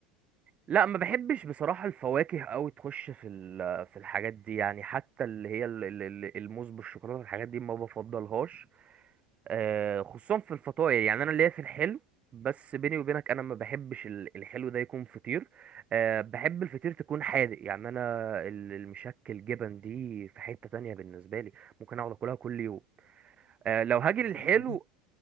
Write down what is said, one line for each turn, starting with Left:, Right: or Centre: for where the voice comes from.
Right: لا ما بحبش بصراحة الفواكه قوي تخش في ال- في الحاجات دي يعني حتى اللي هي ال- ال- ال- الموز بالشوكولاتة الحاجات دي ما بفضلهاش آه، خصوصا في الفطاير يعني انا ليا في الحلو بس بيني وبينك انا ما بحبش ال- الحلو ده يكون فطير أه بحب الفطير تكون حادق يعني انا ال- المشكل جبن دي في حتة تانية بالنسبة لي ممكن اقعد اكلها كل يوم أه لو
Left: يا
Right: هاجي
Left: نهار
Right: للحلو
Left: ابيض